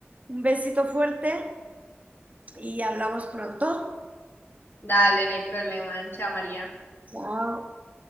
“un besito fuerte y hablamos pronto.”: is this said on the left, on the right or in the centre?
Right